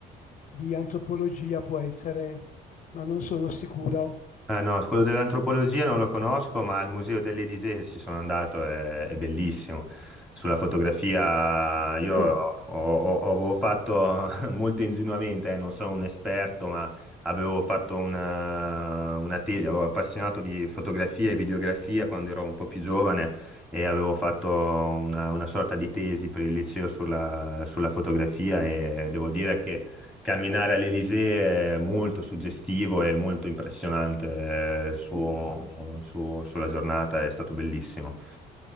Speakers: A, on the left (about 50°); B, in the centre.
A: di antropologia, può essere, ma non sono sicuro.
B: Ah, no, quello dell'antropologia non lo conosco, ma al Museo dell'Elisée ci sono andato, è, è bellissimo. Sulla fotografia io ho,
A: Sì,
B: ho- ho- avevo fatto <laughs> molto ingenuamente, eh, non sono un esperto, ma avevo fatto una, una tesi, avevo appassionato di fotografia e videografia quando ero un po' più giovane e avevo fatto una, una sorta di tesi per il liceo sulla, sulla fotografia e devo dire che... Camminare all'Elysée è molto suggestivo e molto impressionante eh, su- su- sulla giornata, è stato bellissimo.